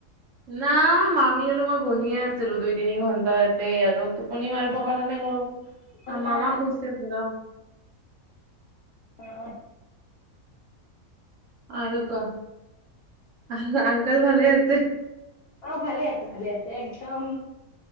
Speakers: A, on the right (about 65°); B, on the left (about 60°).
A: না মামী আৰু মই বহিয়ে আছিলো দুই তিনি ঘন্টা ইতেই আৰু টোপনি মাৰিব
B: অ'
A: পৰা নাই গৰমত
B: টোপনি
A: আৰু
B: মৰা
A: মামা
B: নাই?
A: শুইছে পোৰা।
B: অ
A: আৰু ক আ আংকাল ভালে আছে।
B: অ ভালে আছে ভালে আছে একদম